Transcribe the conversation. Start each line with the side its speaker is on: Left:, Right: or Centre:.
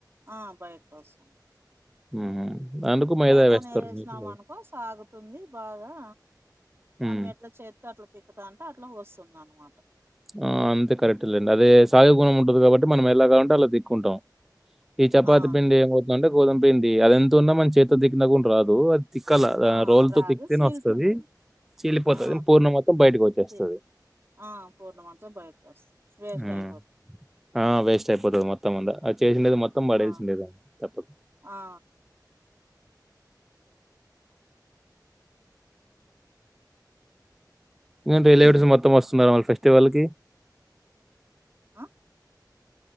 Right: ఆ బయటకు వస్తుంది
Centre: హుహు. అందుకు మైదా
Right: మైదాను
Centre: వేస్తారు.
Right: వేసినాం
Centre: మీకు.
Right: అనుకో సాగుతుంది బాగా
Centre: హ్మ్.
Right: మనం ఎట్లా చేత్తో అట్లా తిక్ తాంటే అట్ల వస్తుంద అన్నమాట
Centre: ఆ అంతే కరెక్ట్ లేండి అదే సాగేగుణం ఉంటది కాబట్టి మనం ఎలా గంట అలా దిక్కుంటాం ఈ చపాతి
Right: ఆ
Centre: పిండి ఏమవుతుంది అంటే గోదంపిండి అది ఎంతున్నా మన చేతో తిక్కిన గున్ రాదు తిక్కాల
Right: ఆ
Centre: రోల్
Right: రాదు
Centre: తో తిక్తేనే
Right: చీలుతుంది
Centre: వస్తది చీలిపోతది
Right: ఆ
Centre: పూర్ణం మొత్తం బయటకి వచ్చేస్తది
Right: చి- ఆ పూర్ణమాంసం బయటకు వస్తుంది వేస్ట్
Centre: హ్మ్
Right: అయిపోతుంది
Centre: ఆ వేస్ట్ అయిపోతది మొత్తం అంద అ చేసిండేది మొత్తం పడేల్సిండేద
Right: ఆ
Centre: తప్పదు
Right: ఆ
Centre: ఇక రిలేవిటిస్ మొత్తం వస్తున్నారా మళ్ళ ఫెస్టివల్ కి
Right: ఆ